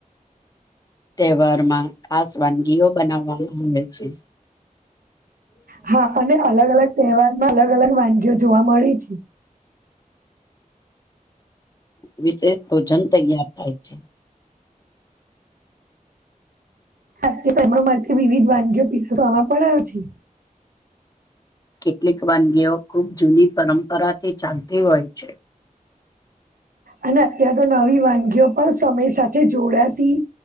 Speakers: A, on the left (about 25°); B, on the right (about 80°).
A: તહેવારમાં ખાસ વાનગીઓ બનાવવામાં આવે છે.
B: હા, અને અલગ-અલગ તહેવારમાં અલગ-અલગ વાનગીઓ જોવા મળી છે.
A: વિશેષ ભોજન તૈયાર થાય છે.
B: <unintelligible> માટે વિવિધ વાનગીઓ પીરસવામાં પણ આવે છે.
A: કેટલીક વાનગીઓ ખૂબ જૂની પરંપરાથી ચાલતી હોય છે.
B: અને અત્યાર તો નવી વાનગીઓ પણ સમય સાથે જોડાતી